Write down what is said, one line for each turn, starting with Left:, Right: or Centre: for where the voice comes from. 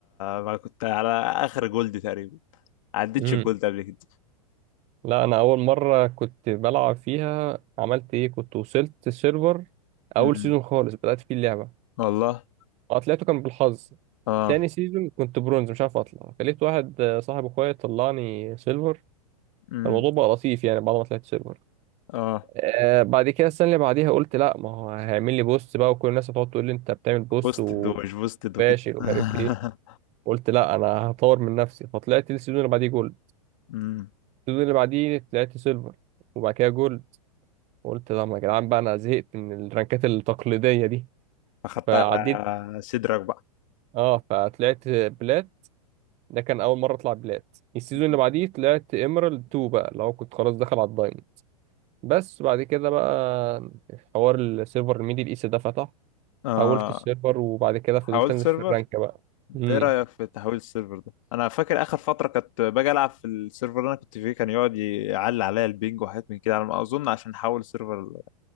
Left: ما كنت على آخر جولد تقريبا عديتش
Right: امم
Left: الجولد قبل كده
Right: لا انا اول مره كنت بلعب فيها عملت ايه كنت وصلت سيرفر اول
Left: أمم.
Right: سيزون خالص بدات فيه اللعبه
Left: والله
Right: اه طلعته كان بالحظ
Left: آه
Right: تاني سيزون كنت برونز مش عارف اطلع خليت واحد آه، صاحب اخويا طلعني سيلفر
Left: أمم.
Right: الموضوع بقى لطيف يعني بعد ما طلعت سيلفر
Left: اه
Right: آه بعد كده السنة اللي بعديها قلت لا ما هو هيعمل لي بوست بقى وكل الناس هتقعد تقول لي انت بتعمل بوست
Left: بوستد
Right: وفاشل
Left: ومش بوستد وكده <laughs>
Right: ومش عارف ايه قلت لا انا هطور من نفسي فطلعت السيزون اللي بعديه جولد
Left: أمم.
Right: السيزون اللي بعديه طلعت سيلفر وبعد كده جولد قلت لا ما يا جدعان بقى انا زهقت من الرانكات التقليدية دي
Left: أخدتها
Right: فعديت
Left: على صدرك بقى
Right: اه فطلعت بلات ده كان اول مرة اطلع بلات السيزون
Left: أمم.
Right: اللي بعديه طلعت ايمرالد 2 بقى لو كنت خلاص داخل على الدايموند بس بعد كده بقى حوار السيرفر الميدل ايست ده فتح
Left: آه
Right: حولت السيرفر وبعد كده
Left: حاولت
Right: فضلت انزل
Left: سيرفر
Right: في الرانك بقى
Left: انت
Right: امم
Left: ايه رايك في تحويل السيرفر ده انا فاكر اخر فتره كنت باجي العب في السيرفر اللي انا كنت فيه كان يقعد يعلي عليا البينج وحاجات من كده على ما اظن عشان حول السيرفر